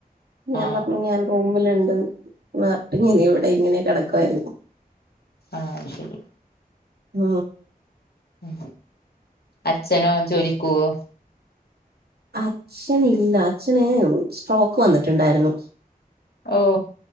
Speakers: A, on the right (about 85°); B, on the left (about 80°).
A: ഞാൻ
B: ആഹ്
A: പറഞ്ഞു ഞാൻ പോകും. മില്ണ്ട്. നാട്ട് ഇങ്ങനെ ഇവിടെ ഇങ്ങനെ കെടക്കുവായിരുന്നു.
B: ആഹ ശരി.
A: ആ.
B: ഉം. അച്ഛനോ ജോലിക്കോവോ?
A: അച്ഛനില്ല. അച്ഛന് സ്ട്രോക്ക് വന്നിട്ട് ണ്ടായിരുന്നു.
B: ഓ.